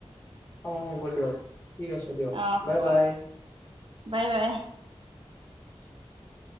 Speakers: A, on the left (about 25°); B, on the right (about 50°).
A: অ হ'ব দিয়ক ঠিক আছে দিয়ক।
B: অ হ'ব
A: বাই বাই
B: বাই বাই।
A: <inaudible>